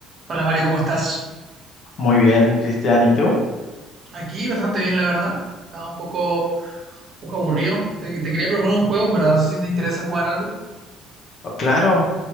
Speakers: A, on the right; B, on the left.
A: Hola Mario, ¿cómo estás?
B: Muy bien, Cristian, ¿y tú?
A: Aquí bastante bien, la verdad. Estaba un poco, un poco aburrido. Te, te quería proponer un juego, en verdad. No sé si te interesa jugar algo.
B: Oh, Claro,